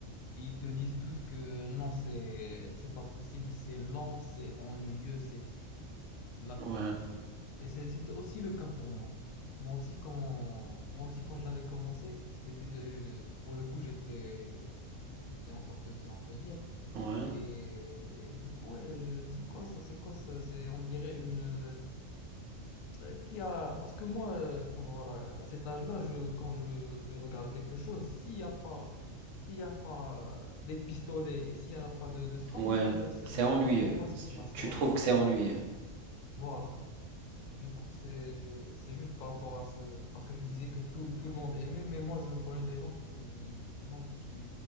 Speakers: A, on the left (about 80°); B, on the right (about 70°).
A: ils te disent tous que non, c'est, c'est pas possible, c'est lent, c'est ennuyeux, c'est La-
B: ouais,
A: euh, et c'est- c'était aussi le cas pour moi. Moi aussi, quand, moi aussi, quand je l'avais commencé, et du- et pour le coup, j'étais, j'étais encore petit, on peut dire.
B: ouais,
A: Et, et du coup, ouais, je- c'est quoi ça? C'est quoi ça? C'est, on dirait une. euh, euh, qui a, parce que moi, euh, quand- voilà, à cet âge-là, je, quand je veux regarder quelque chose, s'il n'y a pas, s'il y a pas euh, des pistolets et s'il n'y a pas de, de sang,
B: ouais.
A: je
B: C'est ennuyeux.
A: ne comprends pas ce
B: Si
A: qui se
B: Tu,
A: passe.
B: tu
A: Voilà.
B: trouves que c'est ennuyeux.
A: Voilà. Du coup, c'est c'est juste par rapport à ce... Parce que tu disais que tout, le- tout le monde aimait, mais moi, je connais des gens qui non, qui,